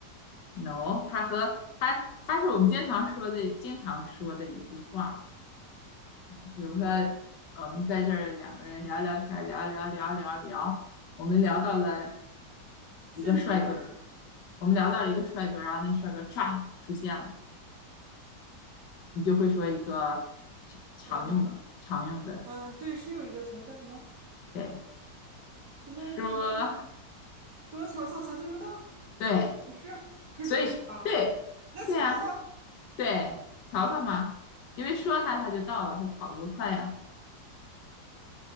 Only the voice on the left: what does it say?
，no，他和他，他是我们经常说的，经常说的一句话。比如说，我们在这儿两个人聊聊天儿聊聊聊聊聊，我们聊到了
一个帅哥，我们聊到了一个帅哥，然后那帅哥歘出现了。你就会说一个常用的、
常用的，
对，
说
对，
所以是对对啊，
对，曹操嘛，因为说他他就到了，他跑得多快呀